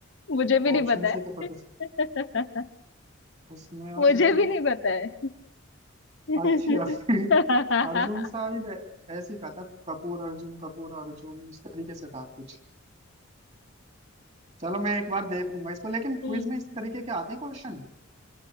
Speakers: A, on the left; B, on the right.
A: मुझे भी नहीं
B: ऑप्शन
A: पता है
B: से ही तो पता
A: <laughs>
B: उसमें और
A: मुझे
B: मतलब
A: भी नहीं पता है <laughs>
B: अच्छा <laughs> अर्जुन शायद ऐसे ही कहा था कपूर अर्जुन कपूर अर्जुन इस तरीके से था कुछ चलो मैं एक बार देखूंगा इसको लेकिन
A: हम्म
B: क्विज में इस तरीके के आते हैं क्वेश्चन